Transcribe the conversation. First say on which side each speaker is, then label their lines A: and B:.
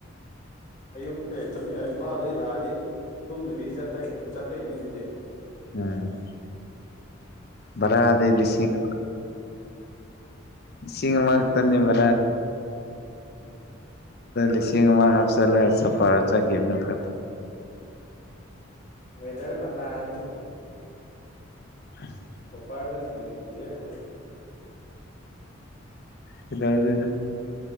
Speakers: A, on the left (about 40°); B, on the left (about 50°).
A: ꯑꯌꯨ ꯑꯦꯝ ꯏꯝꯐꯥꯜꯗꯒꯤ ꯂꯥꯛꯑꯗꯤ ꯇꯨꯝꯗꯕꯤ ꯆ ꯆꯠꯇꯣꯏꯅꯤ ꯑꯗꯨꯗꯤ
B: ꯎꯝ ꯕꯔꯗꯤ
A: ꯐꯖꯗ꯭ꯔꯦꯍꯦ
B: ꯂꯤꯁꯤꯡ ꯁꯤꯡꯒꯃꯥꯛꯇꯅꯤꯕ
A: ꯎꯝ
B: ꯦ ꯁꯤꯃ ꯍꯥꯞꯆꯂ ꯆ ꯐ ꯆ ꯀ ꯅ ꯐ
A: ꯋꯦꯗꯔ ꯃꯆꯥ ꯍꯥꯏꯗ
B: ꯎꯝ
A: ꯁꯣꯄꯔꯗꯅ ꯍꯦ ꯅꯒꯤꯖꯦꯒꯥꯏ
B: ꯀꯗ ꯌꯗ